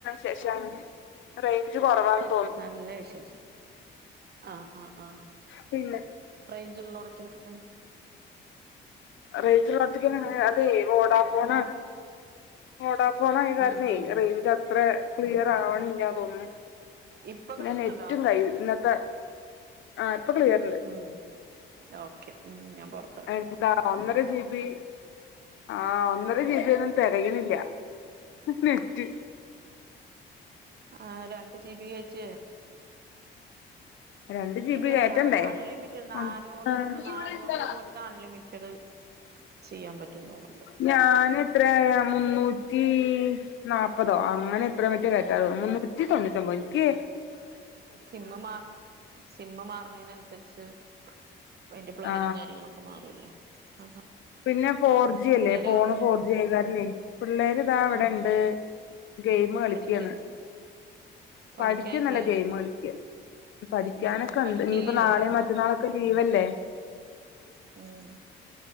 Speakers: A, on the left (about 75°); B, on the right (about 55°).
A: ശേഷം റെയ്ഞ്ച് കൊറവാന്ന്
B: നല്ല വിശേഷം ആഹ് ആഹ് ആഹ്
A: പിന്നെ
B: റെയ്ഞ്ചിള്ളോടക്ക് നിക്ക്
A: റെയിഞ്ചിള്ളോടത്തെക്ക് <unintelligible> അതെ വോഡാഫോൺ ആണ് വോഡാഫോൺ ആയ കാരണേ
B: ഉം ഉം
A: റെയ്ഞ്ചത്രേ ക്ലിയർ ആവണില്ല തോന്നണു
B: ഇപ്പൊ
A: പിന്നെ
B: ക്ലിയറുണ്ടോ
A: നെറ്റും കയ്ഞ്ഞ് ഇന്നത്തെ ആഹ് ഇപ്പ ക്ലിയറ്ണ്ട്
B: ആഹ് ഓക്കെ ഉം ഞാൻ പൊറ
A: എന്താ ഒന്നര ജീബി ആഹ് ഒന്നര ജീബിയൊന്നും തെകയ്ണില്ല നെറ്റ്
B: ആഹ് രണ്ട് ജീബി കേറ്റ്
A: രണ്ട് ജി ബി
B: അല്ല
A: കേറ്റണ്ടേ
B: അൺലിമിറ്റഡ് നാനൂറ്
A: ആ ആഹ്
B: രൂപ നാനൂറ് രൂപ കൊടുത്ത അൺലിമിറ്റഡ് ചെയ്യാൻ പറ്റും തോന്നുന്നുണ്ട്
A: ഞാനെത്രയായാ മുന്നൂറ്റീ നാപ്പതോ അങ്ങനെ എത്രയോ മറ്റോ കേറ്റാ തോ മുന്നൂറ്റി തൊണ്ണൂറ്റൊമ്പൊ ഇൻക്കി
B: ആഹ് സിമ്മ് മാർ സിമ്മ് മാറണേനൻസരിച്ച് അയിൻ്റെ പ്ലാനും
A: ആ
B: കാര്യങ്ങളൊക്കെ മാറുവല്ലോ അതാ
A: പിന്നെ ഫോർജി
B: പിള്ളേരോ
A: അല്ലേ ഫോണ് ഫോർജിയായ കാരണേ പിള്ളേര് ഇതാ ഇവടെണ്ട്
B: ഉം
A: ഗെയിം കളിക്ക്യാണ്
B: പഠിക്ക പഠിക്കാനില്ലേ
A: പഠിക്കൊന്നല്ല ഗെയിം കളിക്ക്യാ പഠിക്ക്യാനൊക്കെ
B: ഉം പഠിക്കില്ലേ
A: ഇണ്ട് ഇന്നിപ്പം നാളീം മറ്റന്നാളൊക്കെ ലീവല്ലേ
B: ഉം